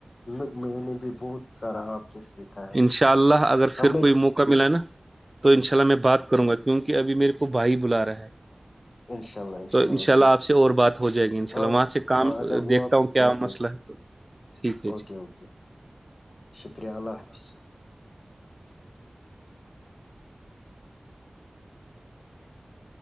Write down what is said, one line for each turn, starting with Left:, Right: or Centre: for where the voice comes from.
Left: میں میں نے بھی بہت سارا آپ سے سیکھا ہے
Right: انشاء اللہ اگر
Left: ہمیں
Right: پھر کوئی موقع ملا ہے نا تو ان شاء اللہ میں بات کروں گا کیونکہ ابھی میرے کو بھائی بلا رہا ہے
Left: انشاء اللہ انشاء
Right: تو
Left: اللہ
Right: انشاءلہ
Left: اوکے
Right: آپ سے اور بات ہو جائے گی انشاء
Left: ہاں
Right: اللہ وہاں سے کام
Left: ہاں اگر وہ
Right: دیکھتا
Left: آپ
Right: ہوں کیا
Left: اوکے
Right: مسئلہ ہے تو ٹھیک ہے
Left: اوکے
Right: جی
Left: اوکے شکریہ اللہ حافظ <unintelligible>